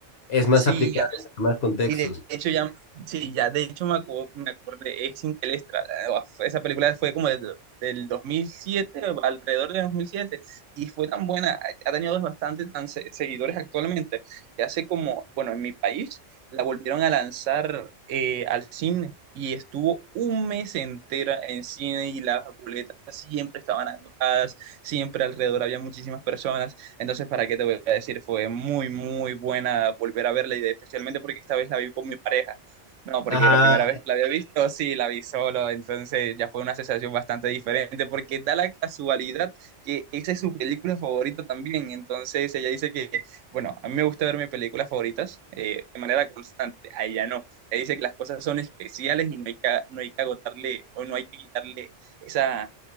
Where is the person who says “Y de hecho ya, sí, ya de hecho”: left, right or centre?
Right